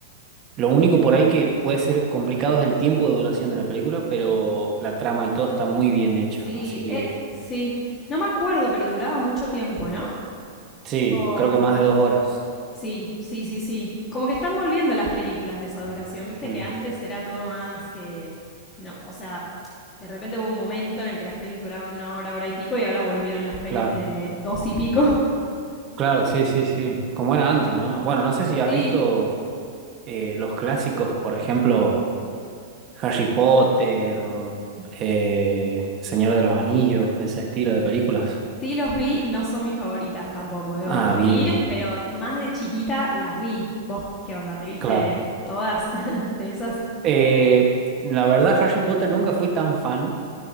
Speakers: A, on the right; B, on the left.
A: Lo único
B: Es
A: por
B: muy
A: ahí que
B: buena.
A: puede ser complicado es el tiempo de duración de la película, pero la trama y todo está muy bien hecha.
B: Sí,
A: Así que
B: eh, sí. No me acuerdo, pero duraba mucho tiempo, ¿no?
A: sí,
B: O
A: creo que más de dos horas.
B: Sí, sí, sí, sí. Como que están volviendo las películas de esa duración, viste
A: Mm,
B: que antes era todo más que... No, o sea, de repente hubo un momento en el que las pelis duraban una hora, hora y pico y ahora volvieron las pelis
A: claro,
B: de dos y pico. <laughs>
A: claro, sí, sí, sí. Como era antes, ¿no? Bueno, no sé si has
B: Sí,
A: visto eh, los clásicos, por ejemplo. Harry Potter, eh, Señor de los Anillos, de ese estilo de películas.
B: sí los vi, no son mis favoritas tampoco, debo
A: Ah,
B: admitir,
A: bien,
B: pero más de chiquita las vi. ¿Vos qué onda? ¿Te viste
A: claro.
B: todas <laughs> de esas?
A: Eh, la verdad, Harry Potter nunca fui tan fan,